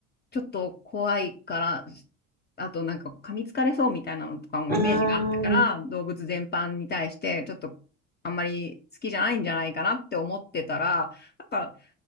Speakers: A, on the left; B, on the right.
A: ちょっと怖いから、あとなんかこう噛みつかれそうみたいなのとかもイメージがあったから、
B: あ、ああ、
A: 動物全般に対してちょっとあんまり好きじゃないんじゃないかなって思ってたら、なんか